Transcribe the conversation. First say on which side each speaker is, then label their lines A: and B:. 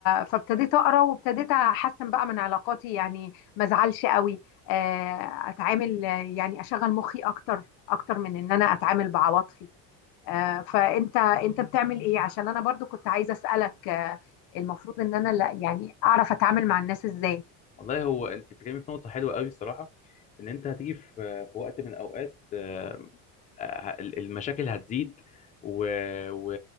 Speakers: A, on the left; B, on the left.
A: فابتديت اقرا وابتديت احسن بقى من علاقاتي يعني ما ازعلش قوي آه، اتعامل يعني اشغل مخي اكتر اكتر من ان انا اتعامل بعواطفي آه، فانت انت بتعمل ايه عشان انا برضو كنت عايزه اسالك آه، المفروض ان انا لا يعني اعرف اتعامل مع الناس ازاي
B: والله هو انت بتتكلمي في نقطه حلوه قوي الصراحه ان انت هتيجي في في وقت من الاوقات آه، آه، المشاكل هتزيد و... و...